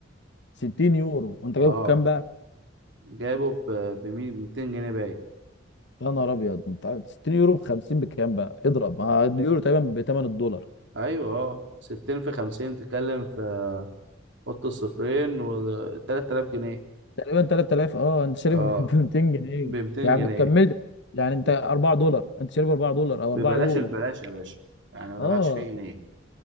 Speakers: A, on the left; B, on the right.
A: 60 يورو وانت
B: أه
A: جايب كام
B: جايبه ب 200 جنيه باين
A: يا نهار ابيض انت 60 يورو ب 50 بكام بقى اضرب ما اليورو تقريبا بثمن الدولار
B: أيوة أه 60 في 50 بتتكلم في حط الصفرين و 3000 جنيه
A: تقريبا 3000 اه انت شاري
B: أه
A: ب <laughs> 200 جنيه
B: ب 200
A: يعني
B: جنيه
A: كملت يعني انت
B: ب-
A: 4 دولار انت شاري ب 4 دولار او
B: ببلاش
A: 4 يورو
B: البلاش يا باشا يعني ما
A: اه
B: دفعتش فيه جنيه